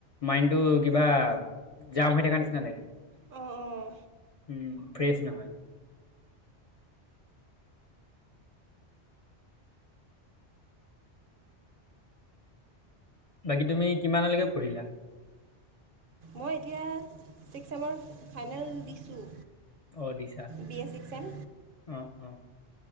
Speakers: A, on the left; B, on the right.
A: মাইণ্ড টো কিবা জাম হৈ থকা নিচিনা লাগে।
B: অঁ অঁ
A: উম ফ্ৰেছ নহয়। বাকী তুমি কিমানলৈকে পঢ়িলা?
B: মই এতিয়া ছিক্স চেমৰ ফাইনেল দিছোঁ।
A: অ দিছা
B: বি এ ছিক্স চেম
A: অ‌' অ'।